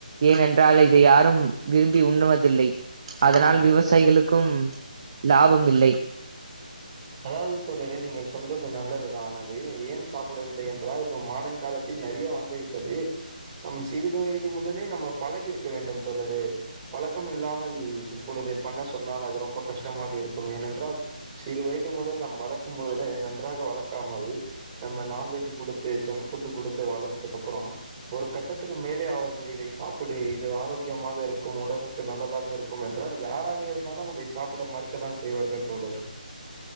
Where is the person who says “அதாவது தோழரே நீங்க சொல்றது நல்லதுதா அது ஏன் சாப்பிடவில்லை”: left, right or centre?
Right